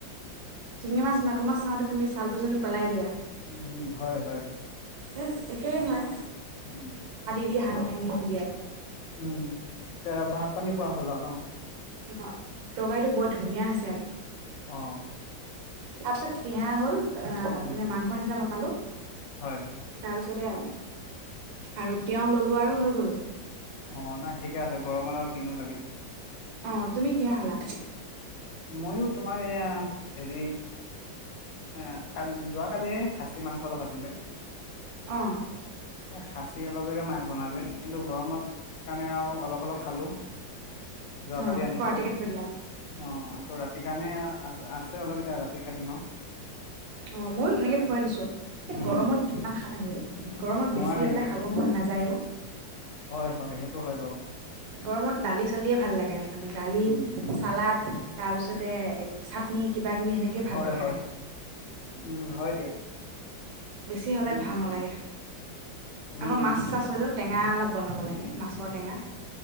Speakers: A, on the right; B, on the left.
A: শিঙি মাছ মাগুৰ মাছ চাওঁতে তুমি ছালটো জানো পেলাই দিয়া।
B: উম হম হয়।
A: ইয়েচ, এটাই হয়
B: <inaudible>
A: হানি হানি আন দিয়াই
B: উম ত ভ পানী খোৱা হ'ল আৰু ন
A: অ তৰকাৰীটো বৰ ধুনীয়া হৈছে আজি
B: অ
A: তাৰ পিছত হা হ'ল অ
B: উম,
A: মানে মাংসৰ নিচিনা বনালো
B: হয়
A: তাৰপিছতে আৰু তেওঁ ললোৱা হৈ গ'ল
B: অ নাই ঠিকে আছে গৰমত আৰু কিনো লাগে
A: অ তুমি কিহে খালা
B: ময়ো তোমাৰ এয়া অ হেৰি আহ কাল যোৱ কালি খাচী মাংস অলপ আছিলে
A: অ
B: খাচী অলপকে মাৰ বনালে কিন্তু গৰমত সেইকাৰণে আৰু অলপ অলপ খালোঁ যোৱাকালি
A: অ
B: আনিছিলে
A: আকৌ ৰাতিকে থৈ দিলা
B: অ ৰাতি কাৰণে আ আছে অলপ এতিয়া ৰাতি খাই দিম আৰু
A: অ মইয়ো তেনেকে থুৱাই দিছো
B: উম
A: গৰমত কিমান হে গৰমত
B: নোৱাৰি
A: বেছি হলে খাব মন নাযায়ও
B: হয় হয় সেইটো হয় বাৰু
A: গৰমত দালি চালিয়ে ভাল লাগে মানে দালি
B: উম
A: চালাদ তাৰ পিছতে এ চাটনি কিবা কিবি সেনেকে
B: হয়
A: ভাল লাগে
B: হয়
A: খাই
B: উম হয় দিয়া
A: বেছি হলে
B: উম
A: ভাল নালাগে
B: উম উম
A: আকৌ মাছ চাছ হলেও টেঙা অলপ বনাব লাগে মাছৰ টেঙা